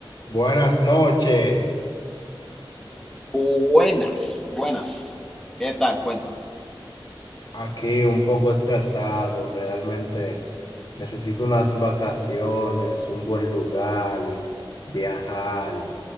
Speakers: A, on the left (about 45°); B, in the centre.
A: Buenas noches,
B: Buenas, buenas. ¿Qué tal? Cuéntame.
A: aquí un poco estresado, realmente necesito unas vacaciones, un buen lugar, viajar,